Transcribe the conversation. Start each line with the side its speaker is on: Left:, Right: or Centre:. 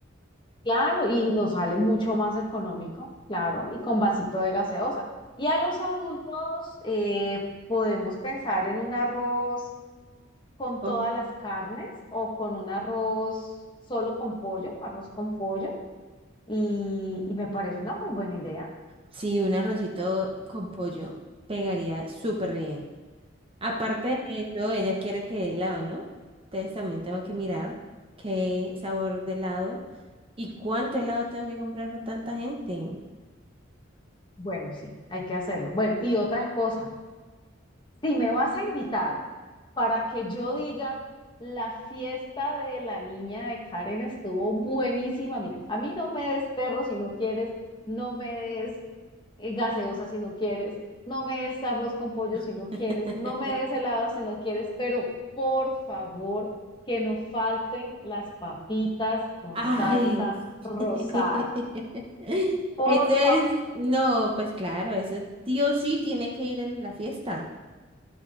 Left: claro, y nos sale mucho más económico, claro, y con vasito de gaseosa. Y a los adultos eh, podemos pensar en un arroz con todas
Right: Um,
Left: las carnes o con un arroz solo con pollo, arroz con pollo, y, y me parece una muy buena idea.
Right: Sí, un arrocito con pollo pegaría súper bien. Aparte de eso, ella quiere que dé helado, ¿no? Entonces también tengo que mirar qué sabor de helado y cuánto helado tengo que comprar para tanta gente.
Left: Bueno, sí, hay que hacerlo. Bueno, y otras cosas. Si me vas a invitar para que yo diga, la fiesta de la niña de Karen estuvo buenísima. Mira, a mí no me des perro si no quieres, no me des eh, gaseosa si no quieres, no me des arroz con pollo si no
Right: <laughs>
Left: quieres, no me des helado si no quieres, pero por favor que no falten las papitas con
Right: Ay.
Left: salsa rosada.
Right: <laughs>
Left: Por
Right: Eso es,
Left: favor.
Right: no, pues claro, eso sí o sí tiene que ir en la fiesta.